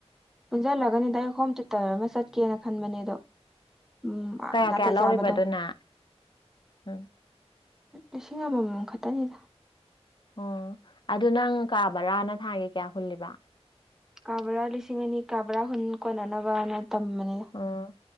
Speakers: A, in the centre; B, on the left.
A: ꯄꯨꯟꯁꯤꯜꯂꯒꯅꯤꯗ ꯑꯩ ꯍꯣꯝ ꯇꯨꯇꯔ ꯑꯃ ꯆꯠꯀꯦꯅ ꯈꯟꯕꯅꯦ ꯑꯗꯣ ꯎꯝ ꯑꯥ
B: ꯀꯌꯥ
A: ꯅꯇꯩ
B: ꯀꯌꯥ ꯂꯧꯔꯤꯕ
A: ꯆꯥꯕꯗꯣ
B: ꯑꯗꯨꯅ ꯎꯝ
A: ꯂꯤꯁꯤꯡ ꯑꯃꯝꯃꯝ ꯈꯛꯇꯅꯤꯗ
B: ꯑꯣ ꯑꯗꯨ ꯅꯪ ꯀꯥ ꯕꯔꯥꯅ ꯊꯥꯒꯤ ꯀꯌꯥ ꯍꯨꯜꯂꯤꯕ
A: ꯀꯥ ꯕꯔꯥ ꯂꯤꯁꯤꯡ ꯑꯅꯤ ꯀꯥ ꯕꯔꯥ ꯍꯨꯟ ꯀꯣꯟꯅꯅꯕꯅ ꯇꯝꯕꯅꯤꯗ
B: ꯑꯣ